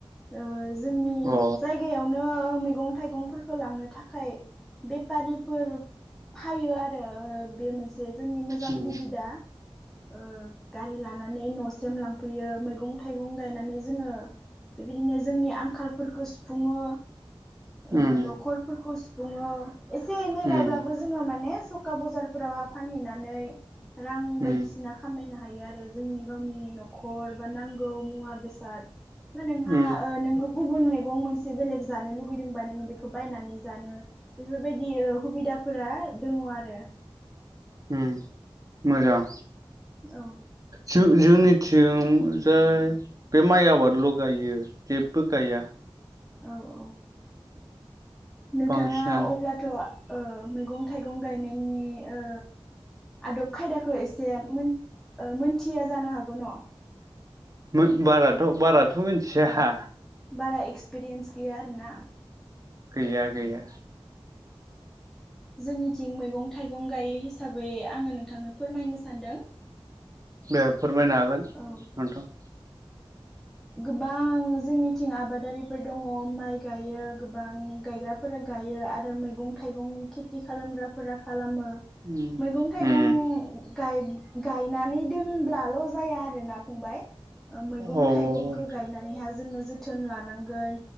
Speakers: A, in the centre; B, on the right.
A: ओ जोंनि
B: अ
A: जायगायावनो मैगं थाइगंफोर खो लांनो थाखाय बेफारिफोर फायो आरो ओ बे मोनसे जां
B: उम
A: हुबिदा। ओ गारि लानानै न' सेम लांफैयो। मैगं थाइगं गायनानै जोङो बे बायदिनो जोंनि आंखालफोरखौ सुफुङो। ओ
B: उम
A: न'खरफोरखौ सु बुङो। एसे एनै
B: उम
A: गायब्लाबो जोङो माने थ'खा बजारफोराव फानहैनानै रां बायदिसिना
B: उम
A: खामाय नो हायो आरो। जोंनि गावनि न'खर बा नांगौ मुवा बेसाद ओ नोंहा
B: उम
A: ओ नों गुबुन मैगं मोनसे बेलेग जानो लुगैदोंबा नोङो बेखौ बायनानै जानो बेफोरबायदि हुबिदाफोरा दङ आरो।
B: उम मोजां
A: औ
B: जो-जोंनिथिं जाय बे माइ आबादल' गायो। जेबो गाया
A: औ औ नोंथाङा
B: बांसिनानो
A: अब्लाथ' ओ मैगं थाइगं गायनायनि ओ आदब खायदाखौ एसे मोन ओ मोनथिया जानो हागौ न'?
B: मोन बाराथ' बाराथ' मिथिया
A: औ बारा एक्स पिरियेन्स गैया आरोना
B: गैया
A: औ
B: गैया
A: जोंनिथिं मैगं थाइगं गायो हिसाबै आङो नोंथांनो फोरमायनो सानदों
B: दे फोरमायनो हागोन नोंथां।
A: औ गोबां जोंनिथिं आबादारिफोर दङ माइ गायो गोबां गायग्राफोरा गायो आरो मैगं थाइगं खेथि खालामग्राफोरा खालामो।
B: उम
A: मैगं थाइगं
B: उम
A: गाय-गायनानै दोनब्लाल' जाया आरो ना फंबाय ओ मैगं
B: औ
A: थाइगंखौ
B: औ
A: गायनानै हाय जोंङो जोथोन लानांगोन